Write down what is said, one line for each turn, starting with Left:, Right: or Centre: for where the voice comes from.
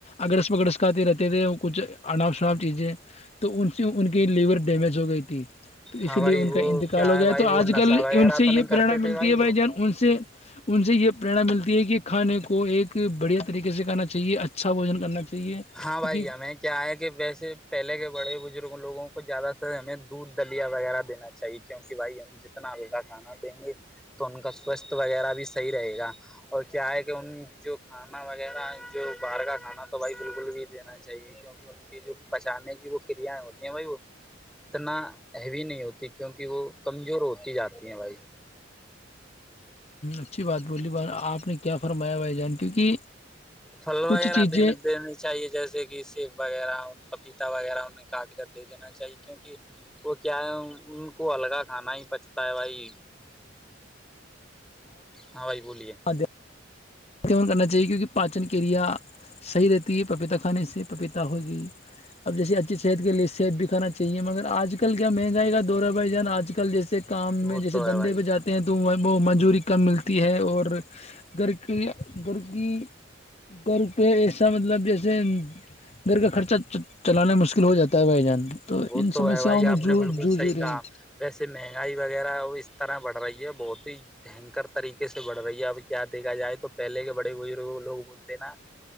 Left: اگگرس پگرس کھاتے رہتے تھے کچھ انناپ شناپ چیزیں تو ان سے ان کی لیور ڈیمیج ہو گئی تھی تو
Centre: ہاں
Left: اسی
Centre: بھائی
Left: لیے ان
Centre: وہ
Left: کا انتقال
Centre: کیا
Left: ہو گیا
Centre: بھائی
Left: ہے تو آج
Centre: وہ نشہ
Left: کل
Centre: وغیرہ
Left: ان سے
Centre: تو
Left: یہ
Centre: نہیں کرتے
Left: پرریرناا ملتی
Centre: تھے
Left: ہے بھائی
Centre: وہ
Left: جان ان سے ان سے یہ پریرناا ملتی ہے کہ کھانے کو ایک بڑھیا طریقے سے کرنا چاہیے اچھا بوجن کرنا چاہیے
Centre: ہاں بھائی
Left: کیونکہ
Centre: ہمیں کیا ہے کہ ویسے پہلے کے بڑے بزرگ لوگوں کو زیادہ سے ہمیں دودھ دلیا وغیرہ دینا چاہیے کیونکہ بھائی ہم ج اتنا ہلکا کھانا دیں گے تو ان کا سواستھ وغیرہ بھی صحیح رہے گا اور کیا ہے کہ ان جو کھانا وغیرہ جو باہر کا کھانا تو بھائی بالکل بھی دینا چاہیے کیونکہ ان کی جو پہچانے کی وہ کریایں ہوتی ہیں بھائی وہ اتنا ہیوی نہیں ہوتی کیونکہ وہ کمزور ہوتی جاتی ہیں بھائی
Left: اچھی بات بولی ب آپ نے کیا فرمایا بھائی جان کیونکہ
Centre: فھل
Left: کچھ
Centre: وغیرہ
Left: چیزیں
Centre: دنے دینے چاہیے جیسے کہ سیب وغیرہ پپیتا وغیرہ انہیں کاٹ کر دے دینا چاہیے کیونکہ وہ کیا ہے ان کو الگا کھانا ہی پچتا ہے بھائی ہاں بھائی بولیے
Left: م اس کمن کرنا چاہیے کیونکہ پاچن کیریا صحیح رہتی ہے پپیتا کھانے سے پپیتا ہوگی اب جیسے اچھی ش کے لیے سیب بھی کھانا چاہیے مگر آج کل کیا مہنگائی کا دورا بھائی جان آج کل جیسے کام میں
Centre: وہ
Left: جیسے
Centre: تو
Left: دھندھے
Centre: ہے بھائی
Left: پہ جاتے ہیں تو وہ منجوری کم ملتی ہے اور گھر کہ گھر کی گھر پہ ایسا مطلب جیسے گھر کا خرچہ چلانا مشکل ہو جاتا ہے بھائی جان
Centre: وہ
Left: ان
Centre: تو
Left: سمسیاؤں
Centre: ہے بھائی آپ
Left: میں جو
Centre: نے بالکل
Left: جوجھ
Centre: صحیح
Left: رہے
Centre: کہا
Left: ہیں
Centre: ویسے مہنگائی وغیرہ وہ اس طرح بڑھ رہی ہے بہت ہی بنکر طریقے سے بڑھ رہی ہے اب کیا دیکا جائے تو پہلے کے بڑے بزرگ لوگ بولتے ہیں نا